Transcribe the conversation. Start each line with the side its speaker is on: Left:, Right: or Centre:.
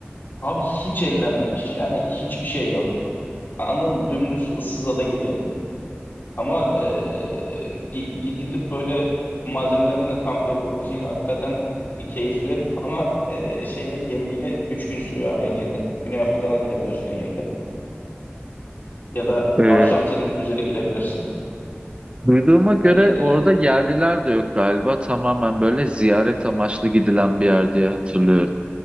Left: Abi hiç ellenmemiş yani hiçbir şey yok. Anladın mı? Dümdüz ıssız ada gibi. Ama eee, gi- gidilip böyle malzemelerinle kamp yapabileceğin hakikaten keyifli. Ama eee, şeyle gemiyle 3 gün sürüyor abi en yakın. Güney Afrika'dan gidebiliyorsun en yakın. Ya da
Right: E,
Left: Arjantin üzeri gidebilirsin.
Right: duyduğuma
Left: Eee,
Right: göre orada yerliler de yok galiba. Tamamen böyle ziyaret amaçlı gidilen bir yer diye hatırlıyorum.